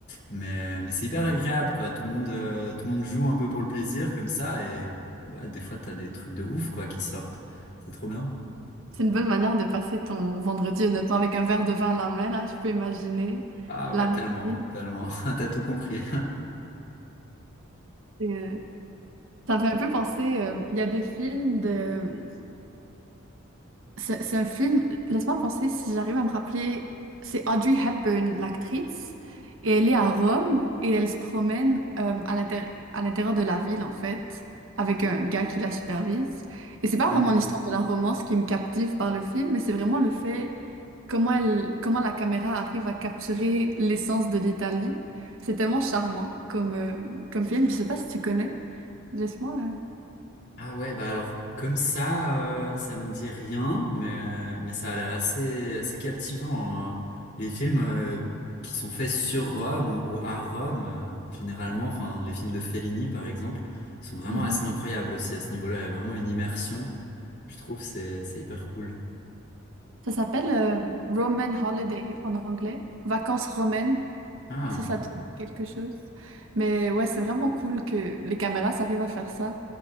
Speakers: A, on the left; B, on the right.
A: mais mais c'est hyper agréable quoi. Tout le monde euh, tout le monde joue un peu pour le plaisir comme ça et ouais, des fois t'as des trucs de ouf quoi qui sortent, c'est trop bien.
B: C'est une bonne manière de passer ton vendredi, honnêtement, avec un verre de vin à la main, là, je peux imaginer.
A: Ah ouais,
B: La musique,
A: tellement, tellement, <laughs> t'as tout compris.
B: euh, ça me fait un peu penser, euh, il y a des films de, C'est c'est un film, laisse-moi penser si j'arrive à me rappeler. C'est Audrey Hepburn, l'actrice, et elle est à Rome et elle se promène euh, à l'intér- à l'intérieur de la ville, en fait, avec un gars qui la supervise. Et c'est pas
A: <laughs>
B: vraiment l'histoire de la romance qui me captive par le film, mais c'est vraiment le fait comment elle, comment la caméra arrive à capturer l'essence de l'Italie. C'est tellement charmant comme, euh, comme film. Je sais pas si tu connais. Laisse-moi.
A: Ah ouais, bah alors comme ça, euh, ça me dit rien, mais, mais ça a l'air assez, assez captivant. euh. Les films euh, qui sont faits sur Rome ou, ou à Rome, euh, généralement, enfin les films de Fellini par exemple, ils sont vraiment
B: euh, <laughs>
A: assez incroyables aussi à ce niveau-là. Il y a vraiment une immersion, je trouve, c'est, c'est hyper cool.
B: Ça s'appelle euh, Roman Holiday en anglais, vacances romaines,
A: Ah
B: si ça te dit quelque chose. Mais ouais, c'est vraiment cool que les caméras s'arrivent à faire ça.